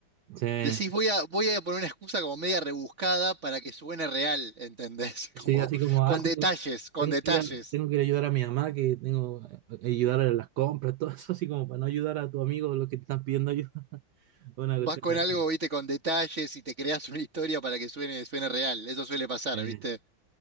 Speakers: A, on the right; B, on the right.
A: Sí.
B: decís voy a, voy a poner una excusa como media rebuscada para que suene real, ¿entendés?
A: Sí,
B: <laughs> Como
A: así como,
B: con
A: ah, tengo,
B: detalles, con
A: tengo
B: detalles.
A: que ir a, tengo que ir a ayudar a mi mamá, que tengo que ayudar a las compras, <laughs> todo eso, así como para no ayudar a tu amigo los que te están pidiendo ayuda. <laughs> Una
B: Vas
A: cuestión
B: con algo,
A: así.
B: viste, con detalles y te creas una historia para que suene, suene real. Eso suele pasar,
A: Eh,
B: ¿viste?